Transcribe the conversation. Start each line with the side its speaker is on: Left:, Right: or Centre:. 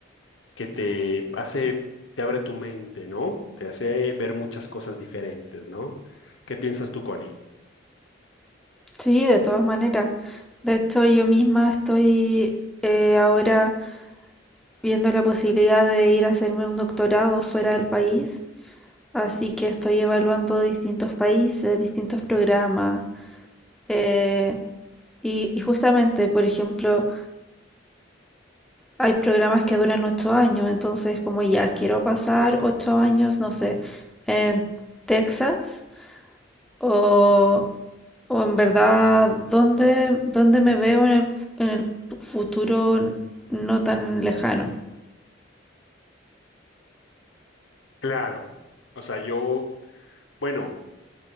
Left: que te hace, te abre tu mente, ¿no? Te hace ver muchas cosas diferentes, ¿no? ¿Qué piensas tú, Connie?
Centre: Sí, de todas maneras. De hecho, yo misma estoy eh, ahora viendo la posibilidad de ir a hacerme un doctorado fuera del país. Así que estoy evaluando distintos países, distintos programas. eh, y, y justamente, por ejemplo, hay programas que duran ocho años. Entonces, como ya quiero pasar ocho años, no sé, en Texas o O en verdad, ¿dónde, dónde me veo en el, en el futuro n- no tan lejano?
Left: Claro, O sea, yo, bueno,